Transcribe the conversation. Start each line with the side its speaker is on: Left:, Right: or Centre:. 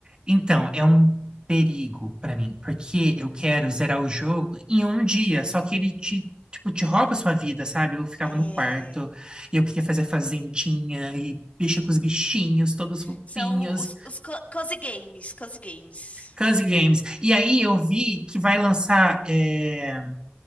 Right: Então, é um perigo pra mim, porque eu quero zerar o jogo em um dia, só que ele te, tipo, te rouba a sua vida, sabe? Eu ficava
Left: é...
Right: no quarto, e eu queria fazer fazendinha, e mexer com os bichinhos, todos fofinhos,
Left: São os, os co- cozy games, cozy games.
Right: Cozy Games. E aí eu vi que vai lançar é,